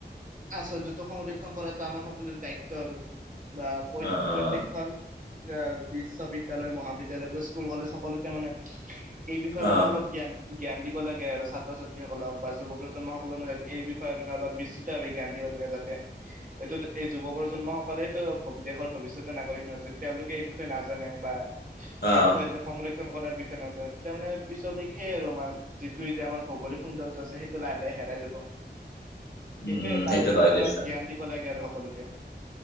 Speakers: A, on the right; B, on the left.
A: আশ্চৰ্যটো সংৰক্ষণ কৰাটো আমাৰ সকলৰে দায়িত্ব আৰু। বা প্ৰ-প্ৰত্যেকখন
B: অ', অ',
A: এ বিশ্ববিদ্য়ালয় মহাবিদ্য়ালয় স্কুল কলেজ সকলোতে মানে। এই বিষয়ে
B: অ',
A: মানে অলপ জ্ঞান জ্ঞান দিব লাগে আৰু ছাত্ৰ ছাত্ৰীসকলক। বা যুৱ প্ৰজন্ম সসকলৰ মাজত এই বিষয়ে মানে অলপ বিস্ত জ্ঞান দিব লাগে যাতে এইটোত এই যুৱ প্ৰজন্ম সকলে তো দেশৰ ভৱিষ্যতেৰ নাগৰিক নজ তেওঁলোকে এই বিষয়ে নাজানে বা
B: অ',
A: এই বিষয়েদি সংৰক্ষিত। কৰাৰ বিয় নাজয তেতিয়াানে পিছলৈকে আৰু আমাৰ যিটো এতিয়া আমাৰ ভৌগলিক সৌন্দৰ্যছে সেইটো লাহ লাহে। হেৰাই যাব।
B: <inaudible>
A: সেইটোৱে
B: উম,
A: তাৰ
B: সেইটো
A: ওপৰত
B: হয়
A: মানে
B: দেচোন
A: অলপ জ্ঞান দিব লাগে আৰু সকলোকে।